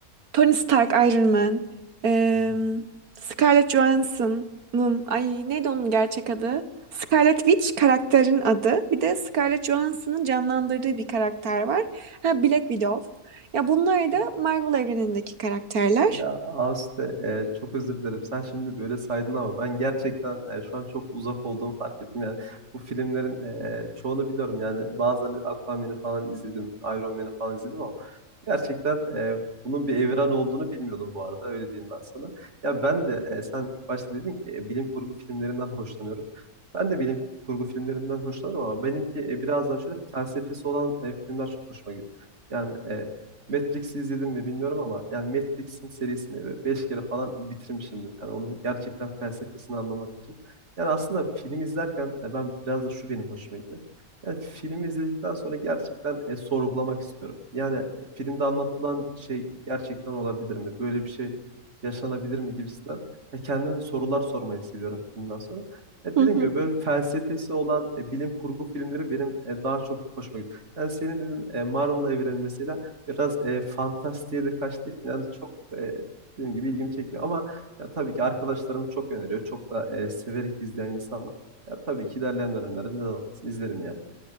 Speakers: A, on the right; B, on the right.
A: Tony Stark, Iron Man, em,
B: Hı
A: Scarlett Johansson'ın, ay neydi onun gerçek adı? Scarlet Witch karakterin adı. Bir de Scarlett Johansson'ın canlandırdığı bir karakter var. Ha, Black Widow. Ya bunlar
B: hı.
A: da Marvel evrenindeki karakterler.
B: Ya Aste e, çok özür dilerim. Sen şimdi böyle saydın ama ben gerçekten e, şu an çok uzak olduğumu fark ettim. Yani bu filmlerin e, çoğunu biliyorum. Yani bazılarını Aquaman'ı falan izledim, Iron Man'ı falan izledim ama gerçekten e, bunun bir evren olduğunu bilmiyordum bu arada. Öyle diyeyim ben sana. Ya ben de e, sen ilk başta dedin ki e, bilim kurgu filmlerinden hoşlanıyorum. Ben de bilim kurgu filmlerinden hoşlanırım ama benimki e, biraz daha şöyle felsefesi olan e, filmler çok hoşuma gidiyor. Yani Matrix'i izledim mi bilmiyorum ama yani Matrix'in serisini böyle beş kere falan bitirmişimdir. Yani onun gerçekten felsefesini anlamak için. Yani aslında film izlerken e, ben biraz da şu benim hoşuma gidiyor. Yani filmi izledikten sonra gerçekten e, sorgulamak istiyorum. Yani e, filmde anlatılan şey gerçekten olabilir mi? Böyle bir şey yaşanabilir mi gibisinden. E, kendime sorular sormayı seviyorum filmden sonra. E,
A: Hı
B: dediğim
A: hı.
B: gibi böyle felsefesi olan e, bilim kurgu filmleri benim e, daha çok hoşuma gidiyor. Yani senin dedin e, Marvel evreni mesela biraz e, fantastiğe de kaçtığı için yani çok e, dediğim gibi ilgimi çekmiyor ama ya tabii ki arkadaşlarım çok öneriyor. Çok da e, severek izleyen insan var. Ya tabii ki ilerleyen dönemlerde neden olmasın izlerim yani.